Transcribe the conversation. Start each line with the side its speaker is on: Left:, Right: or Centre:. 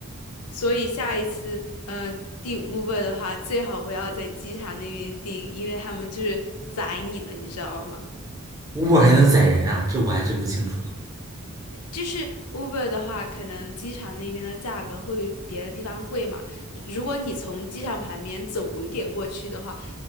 Left: 所以下一次呃订 Uber 的话，最好不要在机场那边订，因为他们就是宰你的，你知道吗？
Right: 我还能宰人啊？这我还真不清楚。
Left: 就是 Uber 的话，可能机场那边的价格会比别的地方贵嘛。如果你从机场旁边走一点过去的话，